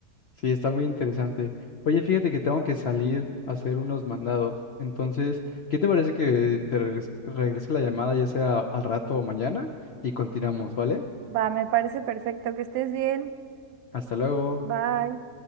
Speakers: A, on the left; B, on the right.
A: sí, está muy interesante. Oye, fíjate que tengo que salir a hacer unos mandados. Entonces, ¿qué te parece que te regres- regrese la llamada ya sea al rato o mañana y continuamos, ¿vale?
B: Va, me parece perfecto, que estés bien.
A: Hasta luego.
B: Bye.